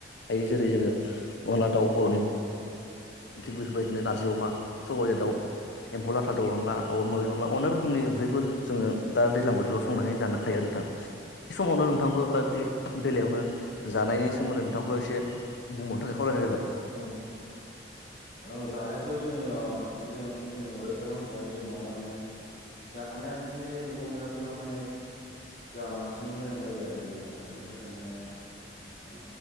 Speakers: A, on the left; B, on the left.
A: थायो जेरै जोङो अनला दाउ बर'नि थिग बेफोरबायदिनो नारजि अमा सबाइजों दाउ एम्फौ लाथादो अनला <inaudible> अनला अनेक रोखोमनि ओंख्रिफोर जोङो दा दैज्लां बोथोराव संनानै जानो हायो नोंथां समावनो नोंथांखौ बा बे बेलायावनो जानायनि सोमोन्दै नोंथांखौ एसे बुंबावनो थाखाय खावलायनाय जाबाय
B: औ ओ जानायाथ' जोंनिया जों-जोंनि <inaudible> माने जानाया बिदिनो मैगं मैलाफोरा माने जोंहा बांसिन मोजां जायो आरो देहानि थाखाय बिनि थाखायनो माने ओ